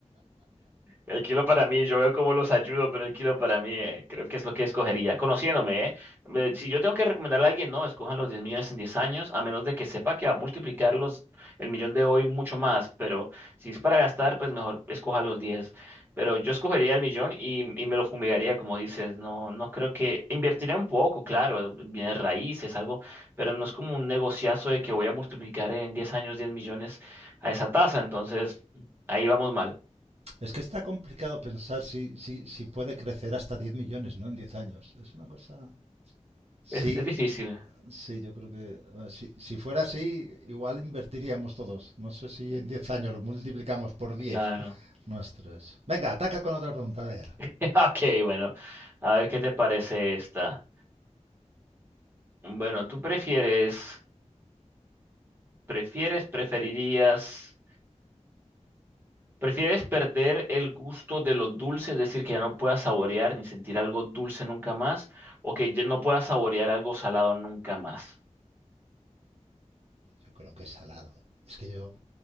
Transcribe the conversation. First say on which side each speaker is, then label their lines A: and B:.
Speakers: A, on the right; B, on the right.
A: El kilo para mí, yo veo cómo los ayudo, pero el kilo para mí, eh, creo que es lo que escogería. Conociéndome, ¿eh? Eh, Si yo tengo que recomendarle a alguien, no, escojan los 10 millones en 10 años, a menos de que sepa que va a multiplicar los, el millón de hoy mucho más. Pero si es para gastar, pues mejor escoja los 10. Pero yo escogería el millón y, y me lo fumigaría, como dices. No, no creo que. Invertiría un poco, claro, bienes raíces, algo, pero no es como un negociazo de que voy a multiplicar en 10 años 10 millones a esa tasa. Entonces, ahí vamos mal.
B: Es que está complicado pensar si, si, si puede crecer hasta 10 millones, ¿no? En 10 años. Es una cosa...
A: Es,
B: Sí,
A: es difícil.
B: sí, yo creo que... eh, Si, si fuera así, igual invertiríamos todos. No sé si en 10 años lo multiplicamos por 10
A: Claro.
B: nuestros. Venga, ataca con otra pregunta. A ver.
A: <laughs> Ok, bueno. A ver qué te parece esta. Bueno, ¿tú prefieres, prefieres, preferirías, prefieres perder el gusto de lo dulce, es decir, que ya no puedas saborear ni sentir algo dulce nunca más, o que ya no puedas saborear algo salado nunca más?
B: Yo creo que es salado. Es que yo...